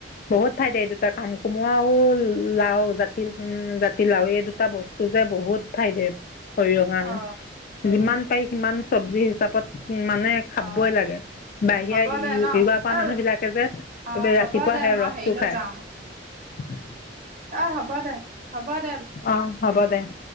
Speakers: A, on the left; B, on the right.
A: বহুত ঠাইত এই দুটা কাম কোম। লাও ল লাও জাতি উম্ <inaudible> জাতি লাও এই দুটা বস্তু যে বহুত ঠাই দে। শৰীৰৰ কাৰণে
B: অ
A: যিমান। পাই সিমান চব্জি হিচাপত। উ মানে খাবই
B: অ
A: লাগে, বাহিৰা
B: হ'ব দে ন
A: <inaudible>
B: অ
A: মানুহ বিলাকে যে এই
B: অ হ'ব
A: ৰাতিপুৱা
B: দে
A: সেই
B: মই
A: ৰসটো
B: হেৰিলৈ
A: খায়।
B: যাওঁ
A: উ <inaudible>
B: অ হ'ব দে, হ'ব দ।
A: অ হ'ব দে <inaudible>